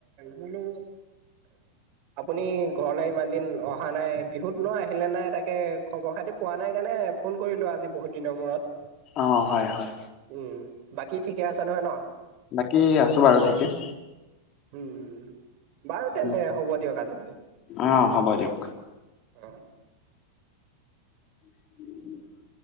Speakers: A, on the right (about 45°); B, on the left (about 35°).
A: বোলো আপুনি ঘৰলৈ ইমান দিন অহা নাই বিহুত ন আহিলে নাই তাকে খবৰ খাতি পোৱা নাই কাৰণে ফোন কৰিলো আজি বহুত দিনৰ মূৰত।
B: অ', হয়, হয়।
A: উম, বাকী ঠিকে আছে নহয় ন?
B: বাকী আছোঁ বাৰু ঠিকে।
A: উম। বাৰু তেন্তে
B: উম,
A: হ'ব দিয়ক আজিলৈ।
B: অ হ'ব দিয়ক
A: অ',
B: <inaudible>